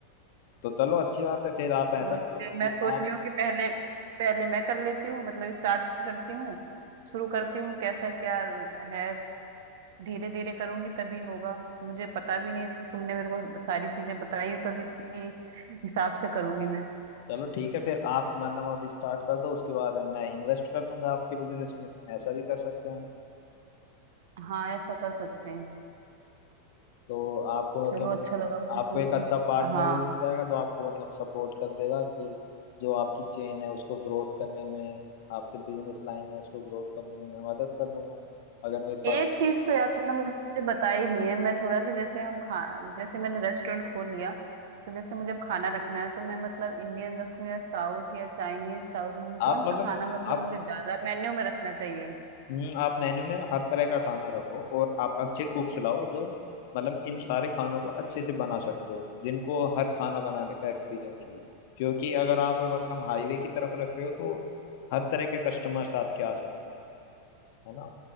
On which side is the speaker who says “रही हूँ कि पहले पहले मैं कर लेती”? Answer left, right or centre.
Right